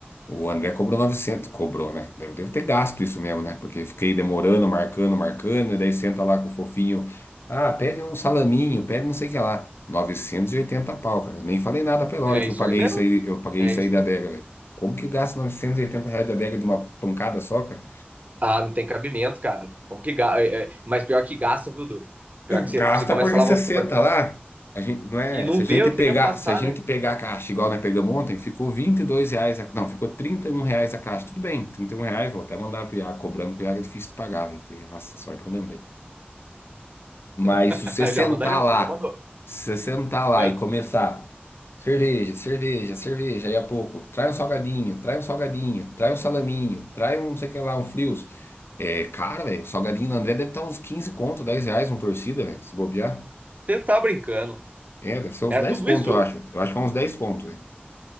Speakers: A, on the left (about 80°); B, on the right (about 40°).
A: O André cobrou novecentos Cobrou, né? Devo, devo ter gasto isso mesmo, né? Porque fiquei demorando, marcando, marcando. E daí senta lá com o fofinho. Ah, pede um salaminho, pede não sei o que lá. novecentos e oitenta pau, cara. Eu nem falei nada pra Elora
B: É
A: que
B: isso
A: eu paguei
B: aí mesmo.
A: isso aí. Eu paguei
B: É
A: isso
B: isso.
A: aí da adega, velho. Como que eu gasto 980 reais da adega de uma pancada só, cara?
B: Ah, não tem cabimento, cara. Como que ga- é, é, Mas pior que gasta, viu, Du? Pior
A: Não,
B: que você,
A: gasta
B: você começa
A: porque
B: lá,
A: você
B: vamos
A: senta
B: supor,
A: lá. A gente não é,
B: e não
A: se
B: vê
A: a gente
B: o
A: pegar,
B: tempo passar,
A: se a gente
B: né?
A: pegar a caixa igual nós pegamos ontem, ficou 22 reais, a- não, ficou 31 reais a caixa. Tudo bem, 31 reais, vou até mandar pro Iago cobrando, que o Iago é difícil de pagar, velho. Nossa, sorte que eu lembrei. Mas
B: <laughs>
A: se você sentar
B: Já manda, já,
A: lá,
B: já mandou.
A: se você sentar lá
B: É.
A: e começar cerveja, cerveja, cerveja, aí a pouco, trai um salgadinho, trai um salgadinho, trai um salaminho, trai um, não sei o que lá, um frios. É, cara, velho, o salgadinho do André deve estar uns 15 conto, 10 reais uma torcida, velho, se bobear.
B: Você tá brincando.
A: É, deve ser uns
B: Era
A: 10
B: tudo
A: conto,
B: isso?
A: eu acho. Eu acho que é uns 10 conto, velho.